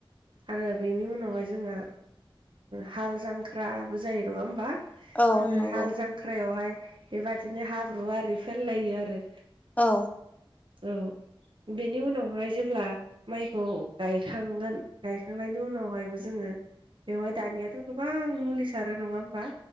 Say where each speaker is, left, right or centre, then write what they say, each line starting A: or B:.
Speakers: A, on the right (about 60°); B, on the left (about 15°).
A: आरो बेनि उनावहाय जोंहा हाल जांख्राबो जायो नङा होमबा।
B: औ
A: जोङो
B: नंगौ
A: हाल जांख्रायावहाय बेबादिनो हाब्रु आरि फोनलायो आरो।
B: औ
A: औ बेनि उनावहाय जेब्ला। माइखौ गायखांगोन गायखांनायनि उनावहायबो जोङो। बेवहाय दानियाथ गोबां मुलिसारो नङा होमबा।